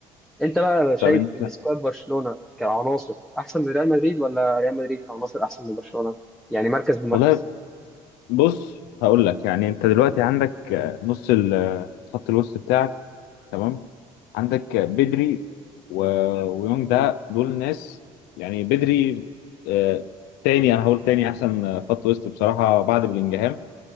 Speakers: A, in the centre; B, on the left.
A: أنت بقى شايف
B: طب انت
A: إن سكواد برشلونة كعناصر أحسن من ريال مدريد ولا ريال مدريد كعناصر أحسن من برشلونة يعني مركز بمركز
B: والله بص هقول لك يعني انت دلوقتي عندك آه، نص ال- آه، خط الوسط بتاعك تمام عندك آه، بدري و... ويونج
A: مم.
B: ده دول ناس يعني بدري آه، تاني انا هقول تاني احسن آه، خط وسط بصراحة بعد بلينجهام